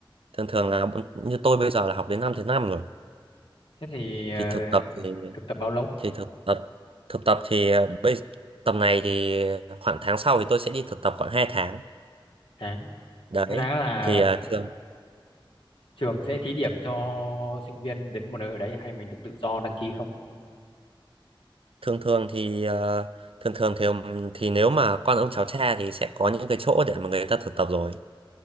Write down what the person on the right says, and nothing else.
thường thường là bọn- như tôi bây giờ là học đến năm thứ năm rồi
thì thực tập thì
thì thực tập thực tập thì ờ, bây tầm này thì khoảng tháng sau thì tôi sẽ đi thực tập khoảng 2 tháng
đấy
thì à, thường
thường thường thì à, thường thường thì thì nếu mà con ông cháu cha thì sẽ có những cái chỗ để mà người ta thực tập rồi